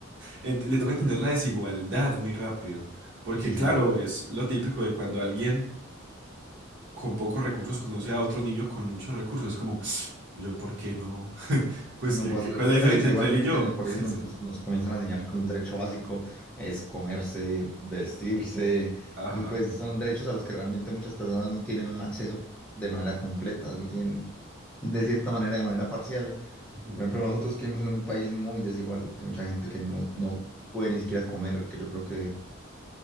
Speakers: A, on the right; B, in the centre.
A: Ent- Le toca entender
B: Mm.
A: la desigualdad muy rápido, porque
B: sí,
A: claro,
B: sí.
A: es lo típico de cuando alguien con pocos recursos conoce a otro niño con muchos recursos, es como, yo, ¿por qué no? <laughs> Pues,
B: No
A: ¿qué,
B: puedo
A: qué-
B: hacer
A: cuál
B: así.
A: es la
B: Y
A: diferencia
B: no, y que
A: entre
B: igualmente
A: él y yo?
B: en el colegio
A: <laughs> Exacto.
B: nos, nos comienzan a enseñar que un derecho básico es comerse, vestirse,
A: Ajá.
B: y pues son derechos a los que realmente muchas personas no tienen un acceso de manera completa, lo tienen de cierta manera, de manera parcial.
A: Ujú.
B: Por ejemplo, nosotros que vivimos en un país muy desigual, hay mucha gente
A: Sí.
B: que no, no puede ni siquiera comer, que yo creo que,